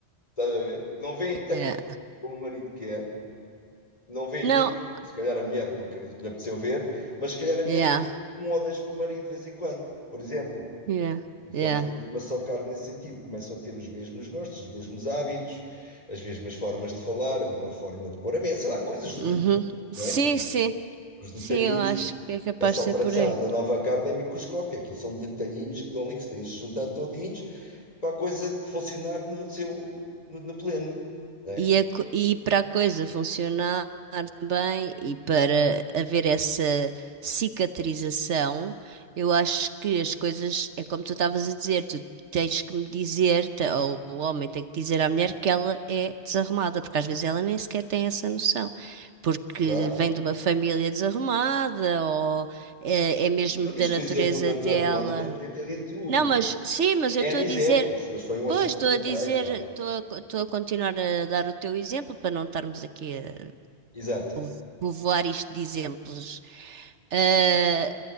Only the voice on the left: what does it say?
a ver? Não vêem tanto
como o marido quer, não vê
nenhum. filme. Se calhar a mulher nunca lhe apeteceu ver, mas se calhar a mulher
vê um ou dois com o marido de vez em quando, por exemplo.
E são
os dois uma só carne nesse sentido. Começam a ter os mesmos gostos, os mesmos hábitos, as mesmas formas de falar, a mesma forma de pôr a mesa, sei lá, coisas dos
detalhes
não é?
Os detalhinhos.
Essa
operação
da nova carne é microscópia, aquilo são detalhinhos que estão ali, que se têm se juntado todinhos para a coisa funcionar no seu, no, no pleno, né
Claro.
Sim, eu
disse
o exemplo da, da
Romana, podia ter dito
N
exemplos,
mas foi um assim
que
me lembrei
só.
Exato,